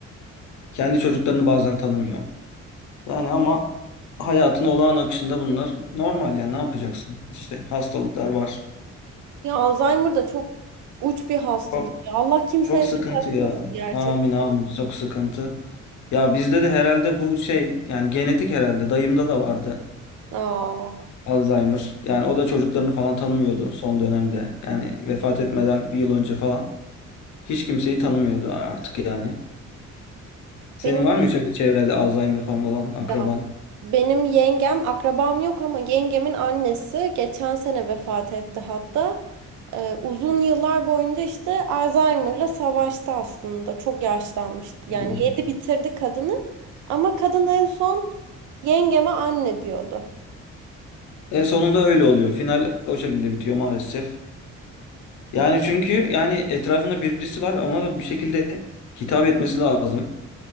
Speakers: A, on the left (about 75°); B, on the right (about 75°).
A: Kendi çocuklarını bazen tanımıyor. Yani ama hayatın olağan akışında bunlar normal yani ne yapacaksın? İşte hastalıklar var.
B: Ya Alzheimer da çok uç bir hastalık
A: Çok
B: ya. Allah kimseye
A: çok sıkıntı
B: göstermesin
A: ya.
B: gerçekten.
A: Amin amin çok sıkıntı. Ya bizde de herhalde bu şey yani genetik herhalde dayımda da vardı
B: Aa,
A: Alzheimer. Yani o da çocuklarını falan tanımıyordu son dönemde. Yani vefat etmeden bir yıl önce falan hiç kimseyi tanımıyordu artık yani. Senin
B: benim
A: var mı hiç öyle çevrede Alzheimer falan olan akraban?
B: ya, benim yengem akrabam yok ama yengemin annesi geçen sene vefat etti hatta. Ee, uzun yıllar boyunca işte Alzheimer'la savaştı aslında. Çok yaşlanmıştı. Yani
A: Hmm.
B: yedi bitirdi kadını ama kadın en son yengeme anne diyordu.
A: E sonunda öyle oluyor. Final o şekilde bitiyor maalesef. Yani çünkü yani etrafında birisi var ona da bir şekilde hitap etmesi lazım.